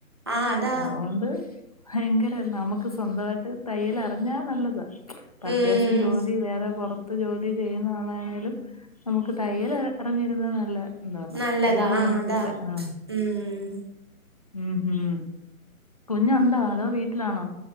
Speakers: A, on the right; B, on the left.
A: ആഹ് അതാ
B: അതുകൊണ്ട് ഭയങ്കര നമുക്ക് സ്വന്തായിട്ട് തയ്യൽ അറിഞ്ഞാ നല്ലതാ പ്പൊ
A: ഉം
B: അത്യാവശ്യം ജോലി വേറെ പൊറ ത്ത് ജോലി ചെയ്യുന്ന ആളാണേലും നമുക്ക് തയ്യൽ അറിഞ്ഞിരുന്ന നല്ല <unintelligible>
A: നല്ലതാ
B: നല്ലൊരു
A: ആ
B: ബെനഫിറ്റ്
A: അതാ
B: ആ
A: ഉം
B: ഉം ഹും കുഞ്ഞു ഉണ്ടോ അതോ വീട്ടിലാണോ